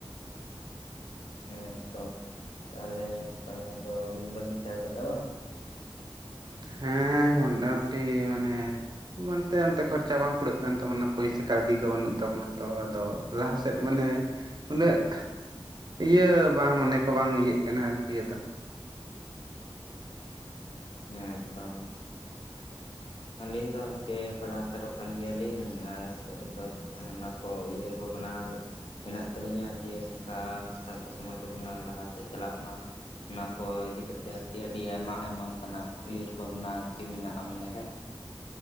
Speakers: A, on the left; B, on the right.
A: ᱦᱮ ᱛᱚ ᱛᱟᱦᱚᱞᱮ ᱯᱟᱲᱦᱟᱣ ᱫᱚᱵᱤᱱ ᱵᱟᱹᱜᱤ ᱦᱟᱛᱟᱲ ᱠᱟᱫᱟ ᱵᱟᱝ
B: ᱦᱮ ᱢᱚᱴᱟᱢᱩᱴᱤ ᱢᱟᱱᱮ ᱢᱟᱹᱱᱛᱮ ᱚᱱᱛᱮ ᱠᱷᱚᱨᱪᱟ ᱵᱟᱝ ᱠᱩᱨᱟᱹᱜ ᱠᱟᱱ ᱛᱟᱵᱚᱱᱟ ᱯᱚᱭᱥᱟ ᱠᱟᱹᱣᱰᱤ ᱠᱚ ᱵᱟᱹᱱᱩᱜ ᱛᱟᱵᱚᱱᱟ ᱛᱚ ᱟᱫᱚ ᱞᱟᱦᱟ ᱥᱮᱫ ᱢᱟᱱᱮ ᱩᱱᱟᱹᱜ- ᱤᱭᱟᱹ ᱵᱟᱝ ᱢᱚᱱᱮ ᱠᱚ ᱵᱟᱝ ᱤᱭᱟᱹᱜ ᱠᱟᱱᱟ ᱟᱨᱠᱤ ᱟᱫᱚ᱾
A: ᱮ ᱛᱚ ᱢᱟ᱾ ᱟᱹᱞᱤᱧ ᱫᱚ ᱦᱟᱯᱮ ᱯᱟᱲᱦᱟᱣ ᱦᱟᱛᱟᱲᱚᱜ ᱠᱟᱱ ᱜᱮᱭᱟᱞᱤᱧ ᱟᱨ ᱱᱤᱛᱚᱜ ᱫᱚᱠᱚ ᱚᱱᱟᱠᱚ ᱩᱭᱦᱟᱹᱨ ᱵᱷᱟᱵᱽᱱᱟ ᱞᱮ- ᱢᱮᱱᱟᱜ ᱛᱟᱹᱟᱞ ᱧᱟ ᱡᱮ ᱱᱚᱝᱠᱟ ᱥᱟᱶᱛᱟ ᱥᱚᱢᱟᱡᱽ ᱟᱵᱚᱱᱟᱜ ᱞᱟᱦᱟ ᱥᱮᱫ ᱪᱟᱞᱟᱜ ᱢᱟ᱾ ᱚᱱᱟ ᱠᱚ ᱤᱫᱤ ᱠᱟᱛᱮᱫ ᱟᱭᱟᱹᱰᱤ ᱟᱭᱢᱟ ᱟᱭᱢᱟ ᱚᱝᱠᱟᱱᱟᱜ ᱩᱭᱦᱟᱹᱨ ᱵᱷᱟᱵᱽᱱᱟ ᱟᱨᱠᱤ ᱢᱮᱱᱟᱜᱼᱟ ᱢᱚᱱᱮ ᱨᱮ᱾